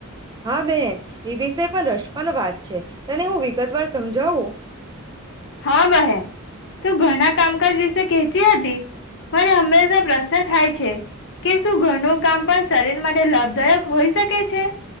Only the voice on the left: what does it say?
હા બહેન તું ઘણા કામ કર વિશે કતી હતી. મને હંમેશા પ્રશ્ન થાય છે. કે શું ઘરનું કામ પણ શરીર માટે લાભદાયક હોઈ શકે? છે.